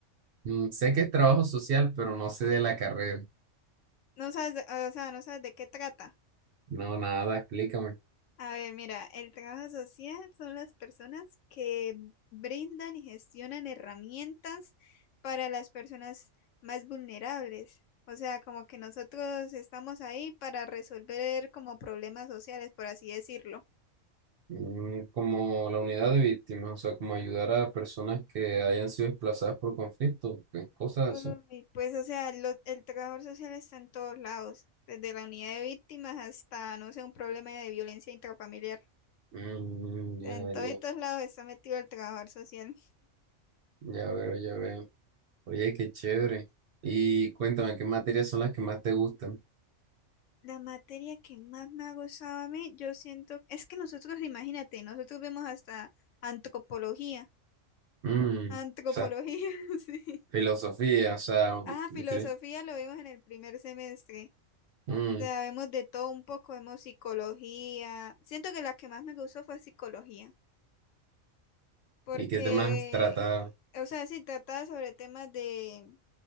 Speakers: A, on the right (about 60°); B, on the left (about 75°).
A: Mm, sé que es trabajo social, pero no sé de la carrera.
B: No sabes, de- o sea, no sabes de qué trata.
A: No, nada, explícame.
B: A ver, mira, el trabajo social son las personas que brindan y gestionan herramientas para las personas más vulnerables. O sea, como que nosotros estamos ahí para resolver como problemas sociales, por así decirlo.
A: Mm, Como la unidad de víctimas, o sea, como ayudar a personas que hayan sido desplazadas por conflictos, eh, cosas
B: Uy,
A: así.
B: pues, o sea, lo- el trabajador social está en todos lados, desde la unidad de víctimas hasta, no sé, un problema de violencia intrafamiliar.
A: Mm,
B: En todo y
A: ya,
B: todos lados está metido el trabajador social.
A: ya, ya veo, ya veo. Oye, qué chévere. Y cuéntame, ¿qué materias son las que más te gustan?
B: La materia que más me ha gustado a mí, yo siento, es que nosotros, imagínate, nosotros vemos hasta antropología.
A: Mm,
B: Antropología,
A: o sea,
B: <laughs> sí.
A: filosofía, o sea,
B: Ah, filosofía
A: filo-
B: lo vimos en el primer semestre.
A: mm,
B: O sea, vemos de todo un poco, vemos psicología. Siento que la que más me gustó fue psicología. porque,
A: ¿y qué temas trata?
B: o sea, sí trata sobre temas de,